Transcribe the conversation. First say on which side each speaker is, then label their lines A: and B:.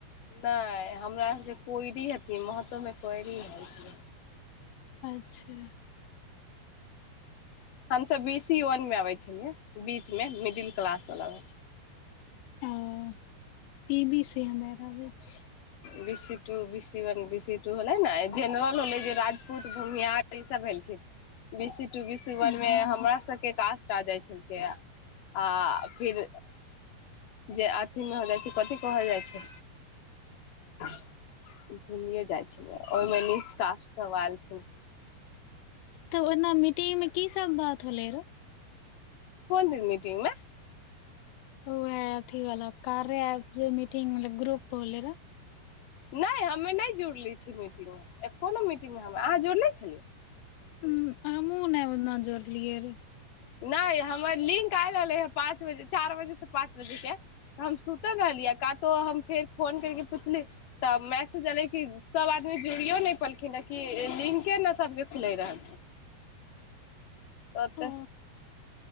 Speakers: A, on the left (about 55°); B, on the left (about 85°).
A: नहि हमरा जे कोइरी हथिन महतो मे कोइरी हथिन
B: अच्छा
A: हमस बी सी वन मे आबै छलियै बीच मे मिडिल क्लास वला
B: ओ ई बी सी हमे आर आबै छिय
A: B two B C one B C two होलै ने जेनरल होलै जे राजपूत भुमियहार ई सब भेलखिन B C two B C one
B: हँ
A: मे हमरा सबके कासट कटा जाइ छलै आ फिर जे अथी मे हो जाइ छै कथ कहल जाइ छै भुलियए जाइ छलै ओहिमे नीच काास सब एयलखिन
B: तऽ ओना मि मिट्टी मे की सब बात होले रय
A: कोन दिन मीटिंगमे
B: ओ ह अथीवला कार्या रह मीटिंग मतलब ग्रुप बोल रह
A: नहि हमे नहि जुड़ले छियै मीटिंगमे एको नहि मीटिंगमे हम अहाँ जुड़ले छलियै
B: हुँ आ मू नहि उहि दिना जुड़लिइ
A: नहि हमर लिंक आय रहलै हे पाँच बजे चार बजेसँ पाँच बजेके तऽ हम सुतल रहलियै कातो हम फेर फोन करिक पुछली तऽ मैसेज एलै कि सभ आदमी जुड़ियो नहि पलखिन रह कि लिंके ने सभके खुलै रह तऽत
B: ओ